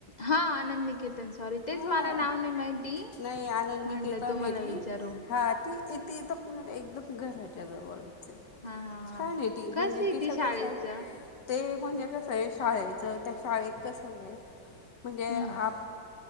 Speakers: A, on the left; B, on the left.
A: हा आनंद निकेतन सॉरी
B: हां
A: तेच मला नाव नाही माहिती
B: नाही आनंद
A: म्हटलं
B: केला
A: तुम्हाला
B: नाही री
A: विचारू
B: हा ती त तर ला एकदम घराच्या जवळच आहे
A: हा हा हा
B: छान आहे ती म्हणजे
A: कस आहे
B: तीफ
A: ती शाळेच
B: कसा आहे ते म्हणजे कसं आहे शाळेचं त्या शाळेत कसं आहे म्हणजे
A: हम्म
B: आप